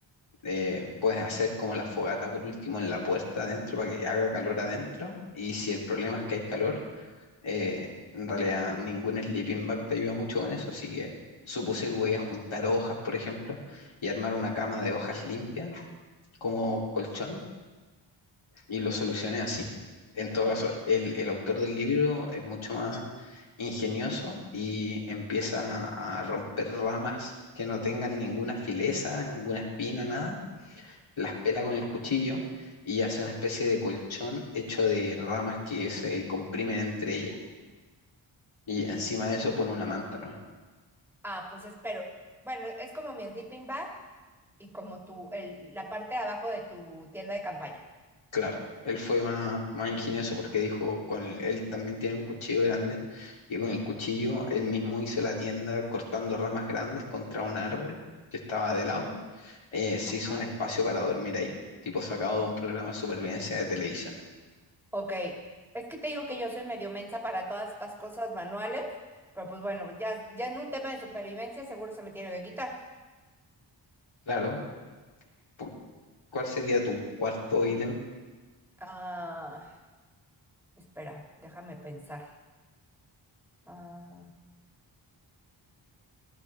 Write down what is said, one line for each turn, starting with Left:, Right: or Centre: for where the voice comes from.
Left: eh, puedes hacer como la fogata por último en la puerta adentro para que haga calor adentro. Y si el problema es que hay calor, eh, en realidad ningún sleeping bag te ayuda mucho con eso, así que supuse que voy a juntar hojas, por ejemplo, y armar una cama de hojas limpias como colchón y lo solucioné así. En todo
Centre: Ok.
Left: caso, el, el autor del libro es mucho más ingenioso y empieza a romper ramas que no tengan ninguna fileza, ninguna espina, nada. Las pela con el cuchillo y hace una especie de colchón hecho de ramas que se comprimen entre ellas. Y encima de eso pone una manta, ¿no?
Centre: Ah, pues espero. Bueno, es como mi sleeping bag y como tu, el, la parte de abajo de tu tienda de campaña.
Left: Claro, él fue más, más ingenioso porque dijo, con el- él también tiene un cuchillo grande y con el cuchillo él mismo hizo la tienda cortando ramas grandes contra un árbol que estaba de lado. Eh, se
Centre: Ajá.
Left: hizo un espacio para dormir ahí, tipo sacado de un programa de supervivencia de televisión.
Centre: Ok, es que te digo que yo soy medio mensa para todas estas cosas manuales, pero pues bueno, ya, ya en un tema de supervivencia seguro se me tiene que quitar.
Left: Claro, pu- ¿cuál sería tu cuarto ítem
Centre: Ah, espera, déjame pensar. Ah,